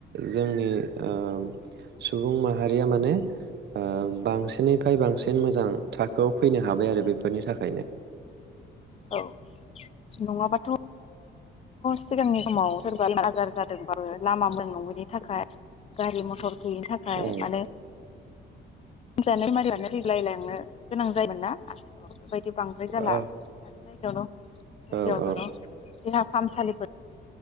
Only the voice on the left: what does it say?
औ, नङाबाथ'। सिगांनि समाव सोरबा आाजार जादोंबाबो लामा मोनांगैनि थाखाय गारि मथर गैयिनि थाखाय
माने जानाय मारियानो रैलायलांनो गोनां जायोमोन ना आथिखालाव बेबायदि बांद्राय जाला
आरो जाय। <unintelligible> जायगायावनो
देहा। थानसालिफोर